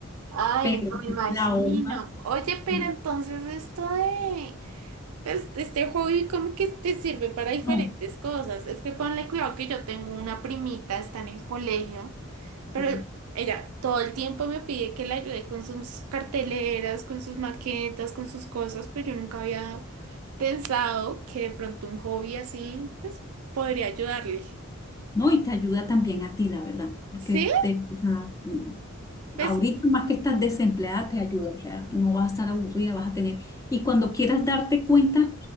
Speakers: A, on the right; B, on the left.
A: Ay,
B: pero
A: no me imagino.
B: la horma,
A: Oye, pero
B: no,
A: entonces esto de Pues este hobby como que te sirve para diferentes
B: no.
A: cosas. Es que ponle cuidado que yo tengo una primita, está en el colegio,
B: Sí.
A: pero ella todo el tiempo me pide que la ayude con sus carteleras, con sus maquetas, con sus cosas, pero yo nunca había pensado que de pronto un hobby así pues podría ayudarle.
B: ¿no? Y te ayuda también a ti, la verdad, porque
A: ¿Sí?
B: te, o sea, mm,
A: Pues
B: ahorita más que estás desempleada, te ayuda, o sea, no vas a estar aburrida, vas a tener, y cuando quieras darte cuenta,